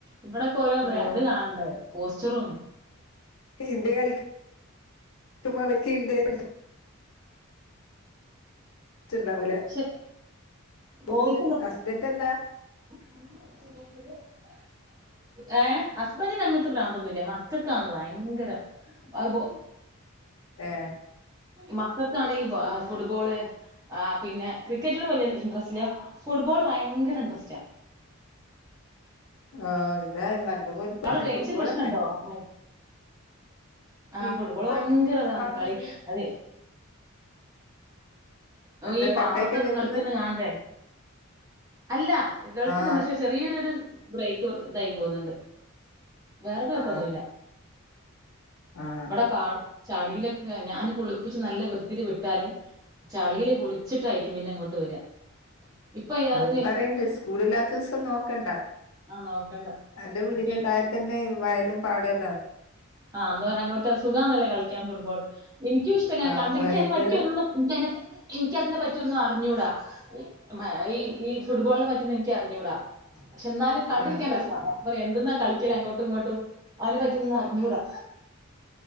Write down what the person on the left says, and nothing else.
ഓ
ഇന്ത്യ കളിക്കുമ്പോ അവർക്ക് ഇന്ത്യ ണ്ടാവൂല
ഇത്
ഹസ്ബന്റ് എന്താ
ഏ
ആഹ ഇതായി പണ്ട് മുതൽ തന്നെ
ഫുട്ബോൾ തന്നെ
ഇപ്പൊ
കാണുന്നില്ല
എന്താ
കട്ടായിട്ടാ കേക്കുന്നെ
ആ
ആ ആ
അത് പറയണ്ട് സ്കൂളില്ലാത്ത ദിവസം നോക്കണ്ട
എന്റെ വീടിന്റെ
താഴെ തന്നെ വയലും പാടല്ലാ
ആ
വൈകുന്നേരം
ആ